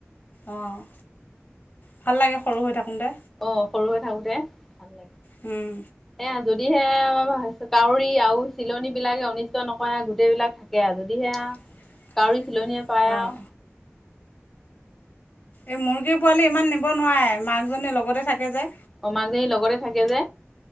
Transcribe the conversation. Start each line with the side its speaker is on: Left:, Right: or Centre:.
Left: অ' ভাল লাগে সৰু হৈ থাকোঁতে।
Centre: অ' সৰু হৈ থাকোতে ভাল লাগে।
Left: উম।
Centre: এয়া যদিহে আ বা কাউৰী আৰু চিলনী বিলাকে অনিষ্ট নকৰে গোটেই বিলাক। থাকেআ যদিহেআ
Left: <unintelligible>
Centre: কাউৰী চিলনীয়ে পায়
Left: অঁ
Centre: আৰু
Left: এই মুৰ্গীৰ পোৱালি ইমান নিব নোৱাৰে মাকজনী লগতে থাকে যে।
Centre: অঁ মাকজনী লগতে থাকে যে।